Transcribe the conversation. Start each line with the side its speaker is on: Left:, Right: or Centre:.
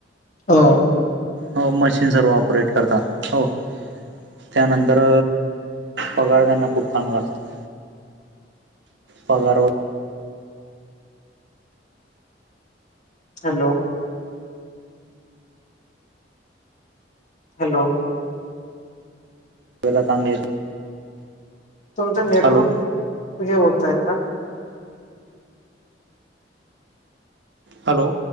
Left: हो.
Right: हो मशीन सर्व ऑपरेट करतात हो त्यानंतर पगार त्यांना खूप चांगला असतो. पगारवर
Left: हॅलो! हॅलो!
Right: ला चांगले.
Left: तुमचं नेटवर्क
Right: हॅलो
Left: हे होत आहे का?
Right: हॅलो